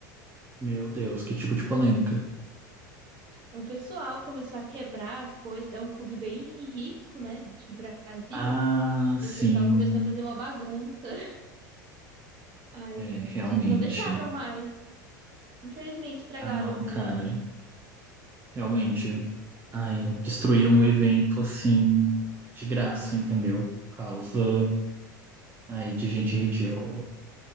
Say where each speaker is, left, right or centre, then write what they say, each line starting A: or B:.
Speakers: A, on the right; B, on the right.
A: meu Deus, que tipo de polêmica.
B: O pessoal começou a quebrar as coisas. É um clube bem rico, né, de Brasília.
A: Ah,
B: E
A: sim,
B: o pessoal começou a fazer uma bagunça. <laughs> Aí
A: é, realmente.
B: de- não deixaram mais. Infelizmente, estragaram
A: Ah, não,
B: o evento.
A: cara, realmente. Ai, destruíram um evento assim, de graça, entendeu? Por causa aí de gente ridícula.